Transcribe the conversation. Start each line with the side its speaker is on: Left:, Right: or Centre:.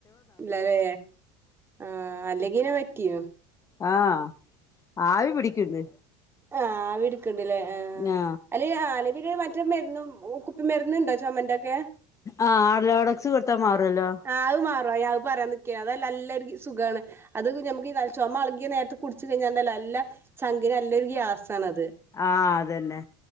Right: ഇല്ലാലെ ആഹ് അല്ലെങ്കീനാ പറ്റീനു.
Left: ആഹ്, ആവി പിടിക്ക്‌ണ്ട്.
Right: ആഹ്, ആവി ട്ക്ക്ണ്ട്ലെ ആഹ്.
Left: ഞാ
Right: അ <unintelligible> അല്ലേ പിന്നെ മറ്റെ മര്ന്നും കുപ്പി മര്ന്ന്ണ്ടോ ചൊമേന്റൊക്കെ
Left: ആ ആടലോട വിക്സ് കൊട്ത്താ മാറോല്ലോ
Right: ആ അത് മാറും അത് ഞാൻ പറയാൻ നിക്കേനി അതാ നല്ലൊരു സുഖാണ് അത് ഞമ്മക്ക് ഈ ചൊമ എളക്യേ നേരത്ത് കുടിച് കഴിഞ്ഞാണ്ടല്ലോ നല്ലെ ചങ്കിന് നല്ലൊരു ഗ്യാസാണത്
Left: ആ അതന്നെ